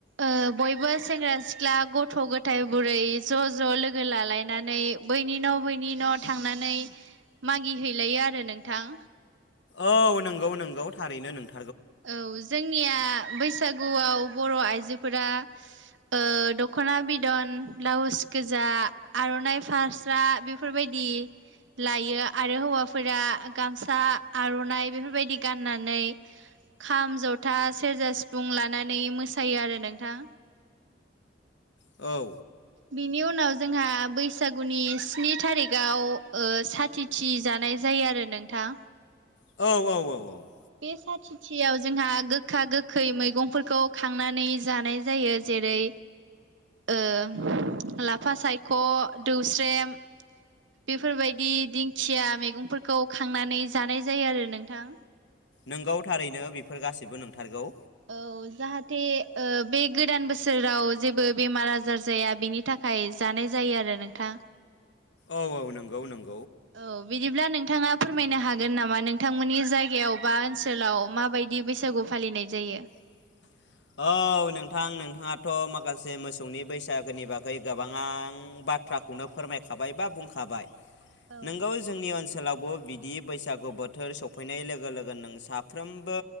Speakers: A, on the right; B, on the left.
A: ओं बयबो सेंग्रा सिख्ला गथ' गथाइ बुरै ज' ज' लोगो लालायनानै बै बैनि न' बैनि न' थांनानै मागि हैैलायो आरो नोंथां।
B: औ नंगौ नंगौ थारैनो नोंथां।
A: औ जोंनिया बैसागुआव बर' आइजोफोरा ओं दख'ना बिदन, ब्लाउस गोजा, आर'नाइ फास्रा बेफोरबायदि दि लायो आरो हौवाफोरा गामसा, आर'नाइ बेफोरबायदि गाननानै खाम, जथा, सेरजा, सिफुं लानानै मोसायो आरो नोंथां।
B: औ
A: बिनि उनाव जोंहा बैसागुनि स्नि थारिखाव ओं साथिथि जानाय जायो आरो नोंथां
B: औ औ औ औ
A: बे साथिथियाव जोंहा गोखा गोखै मैगंफोरखौ खांनानै जानाय जायो जेरै ओं लाफा सायख', दौस्रेम बेफोरबायदि दिंखिया मैगंफोरखौ खांनानै जानाय जायो आरो नोंथां।
B: नंगौ थारैनो बेफोर गासिबो नंथारगौ।
A: औ जाहाथे ओं बे गोदान बोसोराव जेबो बेमार आजार जाया बिनि थाखाय जानाय जायो आरो नोंथां।
B: औ औ नंगौ नंगौ
A: औ बिदिब्ला नोंथाङा फोरमायनो हागोन नामा नोंथांमोननि जायगायाव बा ओनसोलाव माबायदि बैसागु फालिनाय जायो?
B: <inaudible> औ नोंथां नोंथाङाथ' माखासे मोसौनि बैसागोनि बागै गोबाङा बाथ्राखौनो फोरमायखाबाय बा बुंखाबाय
A: औ
B: नंगौ जोंनि ओनसोलाव बिदि बैसागु बोथोर सफैनाय लोगो लोगोनो साफ्रोमबो